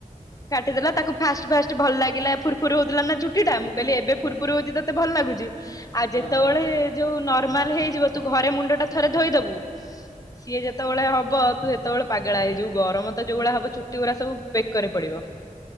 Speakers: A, on the left; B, on the left.
A: କାଟିଦେଲା ତାକୁ ଫାଷ୍ଟ ଫାଷ୍ଟ ଭଲ ଲାଗିଲା ଫୁୁର ଫୁର ହୋଉଥିଲା ନା ଚୁ ଟା ମୁଁ କହିଲି ଏବେ
B: ହଁ
A: ଫୁୁରପରୁ ହୋଉଚି ତତେ ଭଲ ଲାଗୁଚି ଆଉ
B: ହଁ
A: ଯେତେବେଳେ ଯୋଉ ନର୍ମାଲ ହେଇଯିବ ତୁ ଘରେ ମୁଣ୍ଡ ଟା
B: ହଁ।
A: ଥରେ ଧୋଇଦବୁ, ସିଏ ଯେତେବେଳେ ହବ ତୁ ସେତେବେଳେ ପାଗଳା ହେଇଯିବୁ, ଗରମ ତ ଯୋଉଭଳିଆ ହବ ଚୁଟି ଗୁଡା ସବୁ ବେକରେ ପଡିବ।